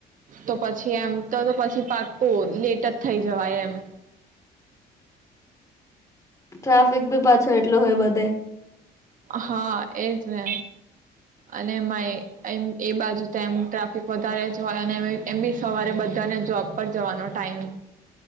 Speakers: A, on the right (about 50°); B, on the left (about 20°).
A: તો પછી એમ તો પછી પાક્કો લેટ જ થઈ જવાય એમ
B: ટ્રાફિક ભી પાછો એટલો હોય બધે
A: હા એજ ને અને એમાંય એ બાજુ તો એમ ટ્રાફિક વધારે જ હોય અને એમ બી સવારે બધાને જોબ પર જવાનો ટાઈમ